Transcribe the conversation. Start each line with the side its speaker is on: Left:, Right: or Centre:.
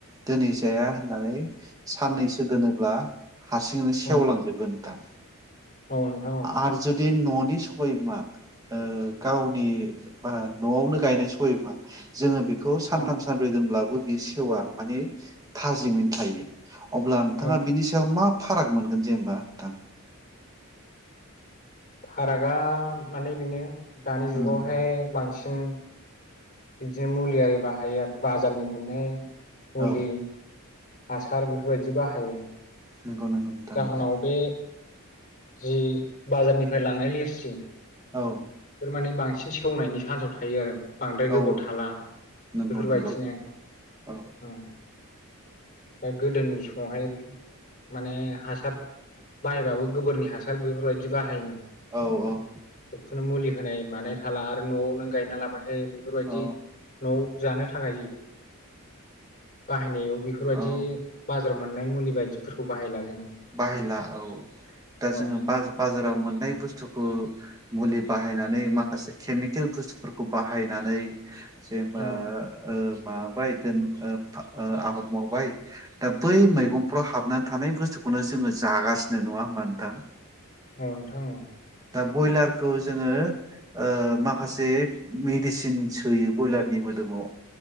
Right: दिनै जाया होननानै साननैसो दोनोब्ला हारसिङैनो सेवलांजोबो
Left: उम
Right: नोंथां
Left: औ नोंथां औ
Right: आरो जुदि न'नि सबाय बिमा ओ गावनि बा न'आवनो गायनाय सबाय बिमा जोङो बेखौ सानथाम
Left: औ
Right: सानब्रै दोनब्लाबो बे सेवा माने थाजिमैनो थायो अब्ला नोंथाङा
Left: औ
Right: बिनि सायाव मा फाराग मोनगोन जेनेबा नोंथां।
Left: फारागा माने बेनो दानि जुगावहाय
Right: उम
Left: बांसिन बिदिनो मुलि आरि बाहायो बाजारनि मोननाय मुलि
Right: औ
Left: हासार बेफोरबायदि बाहायो
Right: नोंगौ नोंगौ नोंथां
Left: जाहोनाव
Right: नोंगौ
Left: बे जि बाजारनिफ्राय लांनाय लिरसि
Right: औ
Left: इफोरमाने बांसिन सेवनायनि चान्सआव थायो आरो। बांद्राय गोबाव
Right: औ
Left: थाला
Right: नंगौ
Left: बेफोरबायदिनो
Right: नंगौ औ
Left: ओ दा गोदोनि समावहाय माने हासार बाहायबाबो गोबोरनि हासार बेफोरबायदि बाहायोमोन
Right: औ
Left: बेखौनो मुलि होनाय मानाय थाला आरो नआव नों गायना लाबा थाय बेफोरबायदि
Right: औ औ
Left: नआव जानो थाखाय बाहायनायाव बेफोरबायदि
Right: औ
Left: बाजाराव मोननाय मुलि बायदिफोरखौ बाहायला जोङो
Right: बाहायला औ दा
Left: औ
Right: जोङो बाज बाजाराव मोननाय बुस्थुखौ मुलि बाहायनानै माखासे केमिकेल बुस्थुफोरखौ बाहायनानै जेनेबा
Left: औ
Right: ओ माबाबाय दोन ओ आबाद मावबाय दा बै
Left: उम
Right: मैगंफ्राव हाबनानै थानाय बुस्थुखौनो जोङो जागासिनो नङा होमबा नोंथां
Left: औ नोंथां औ
Right: दा ब्रयलारखौ जोङो ओ माखासे मेडिसिन सोयो ब्रयलारनि मोदोमाव